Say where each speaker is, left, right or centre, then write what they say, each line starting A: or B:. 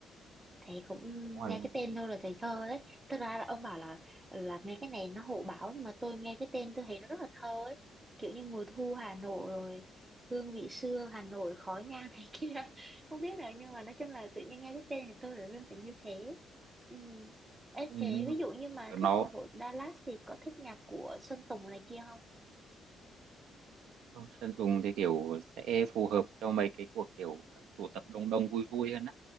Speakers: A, on the right (about 15°); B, on the right (about 85°).
A: thầy cũng
B: đúng rồi,
A: nghe
B: đúng rồi.
A: cái tên thôi là thầy thơ đấy thực ra là ông bảo là là nghe cái này nó hộ báo nhưng mà tôi nghe cái tên tôi thấy nó rất là thơ ấy kiểu như mùa thu Hà Nội rồi hương vị xưa Hà Nội khói nhang này <laughs> kia không biết là nhưng mà nói chung là tự nhiên nghe cái tên thì tôi là liên tưởng như thế ừ. Ê,
B: Ừ,
A: thế
B: đúng
A: ví
B: rồi.
A: dụ như mà
B: kiểu nó
A: thích nhạc của Dallas thì có thích nhạc của Sơn Tùng này kia không
B: Vâng. Sơn Tùng thì kiểu sẽ phù hợp cho mấy cái cuộc kiểu tụ tập đông đông vui vui hơn á